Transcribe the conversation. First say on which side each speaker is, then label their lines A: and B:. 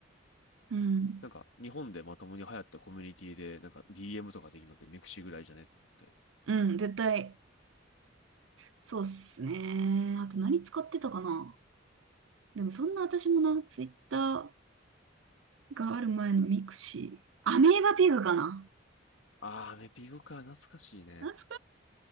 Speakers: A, on the right (about 80°); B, on the left (about 85°).
A: うん。
B: なんか、日本でまともに流行ったコミュニティで、なんか DM とかできるのってミクシーぐらいじゃねと思って。
A: うん、絶対。そうっすね。あと何使ってたかなでもそんな私もな、ツイッターがある前のミクシー。アメーバピグかな
B: ああ、メピグか、懐かしいね。
A: 懐かし